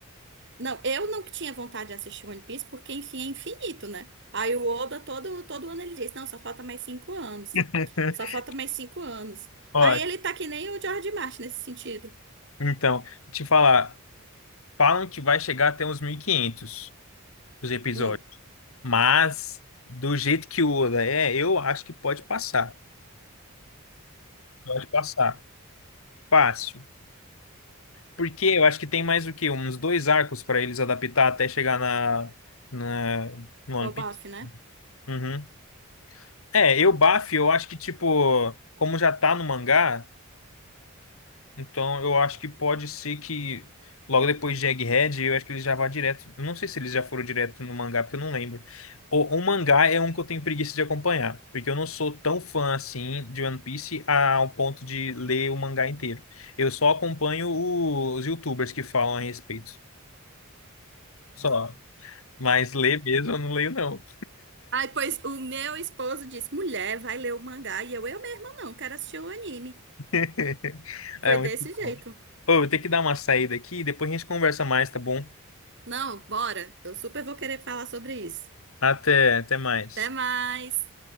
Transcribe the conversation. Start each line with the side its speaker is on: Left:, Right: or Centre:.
Right: Não, eu não tinha vontade de assistir One Piece, porque, enfim, é infinito, né? Aí o Oda, todo, todo ano, ele diz: Não, só falta mais cinco anos.
Left: <laughs>
Right: Só falta mais cinco anos.
Left: Ó,
Right: Aí ele tá que nem o George Martin nesse sentido.
Left: Então, te falar, falam que vai chegar até uns 1500 os episódios,
Right: Hum.
Left: mas do jeito que o Oda é, eu acho que pode passar. Pode passar. Fácil. Porque eu acho que tem mais o quê? Uns dois arcos para eles adaptar até chegar na, na
Right: <laughs>
Left: no One
Right: o bafo,
Left: Piece.
Right: né?
Left: Uhum. É, eu, Baf, eu acho que, tipo, como já tá no mangá. Então, eu acho que pode ser que logo depois de Egghead, eu acho que eles já vá direto. Eu não sei se eles já foram direto no mangá, porque eu não lembro. O, o mangá é um que eu tenho preguiça de acompanhar, porque eu não sou tão fã assim de One Piece ao ponto de ler o mangá inteiro. Eu só acompanho os YouTubers que falam a respeito. Só. Mas ler mesmo eu não leio, não.
Right: Ai, pois o meu esposo disse: Mulher, vai ler o mangá. E eu, eu mesma não, quero assistir o anime.
Left: <laughs>
Right: Foi
Left: É muito
Right: desse jeito.
Left: bom. Ô, eu vou ter que dar uma saída aqui, depois a gente conversa mais, tá bom?
Right: Não, bora. Eu super vou querer falar sobre isso.
Left: Até, até mais.
Right: Até mais.